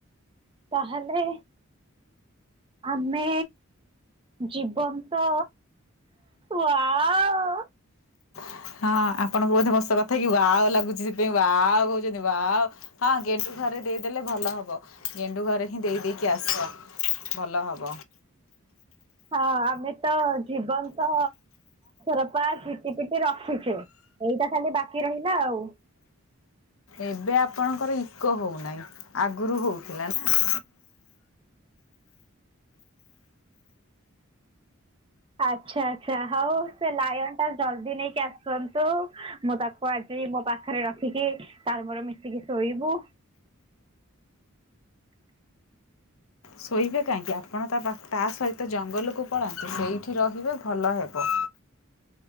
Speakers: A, on the right (about 25°); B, on the left (about 75°).
A: ତାହାଲେ ଆମେ ଜୀବନ୍ତ ୱାଉ <inaudible>
B: ହଁ ଆପଣଙ୍କୁ ବୋଧେ <unintelligible> କଥା ୱାଅ ଲାଗୁଛି ସେଥିପାଇଁ ୱାଅ କହୁଛନ୍ତି ୱାଅ ହଁ ଗେଣ୍ଡୁ ଘରେ ଦେଇଦେଲେ ଭଲ ହବ ଗେଣ୍ଡୁ ଘରେ ହିଁ ଦେଇ ଦେଇକି ଆସ। ଭଲ ହବ।
A: ହଁ ଆମେ ତ ଜୀବନ୍ତ ରପା ଝିଟି ପିଟି ରଖିଛେ ଏଇଟା ଖାଲି ବାକି ରହିଲା ଆଉ।
B: ଏବେ ଆପଣଙ୍କର ଇକୋ ହଉନାହିଁ ଆଗରୁ ହଉଥିଲା ନା?
A: ଆଚ୍ଛା ଆଚ୍ଛା ହଉ ସେ ଲାଇନ ଟା ଜଲଦି ନେଇକି ଆସନ୍ତୁ। ମୁଁ ତାକୁ ଆଜି ମୋ ପାଖରେ ରଖିକି ତାର ମୋର ମିଶିକି ଶୋଇବୁ।
B: ଶୋଇବେ କାହିଁକି ଆପଣ ତା ପାଖ ତା ସହିତ ଜଙ୍ଗଲକୁ ପଳାନ୍ତୁ ସେଇଠି ରହିବେ ଭଲ ହେବ।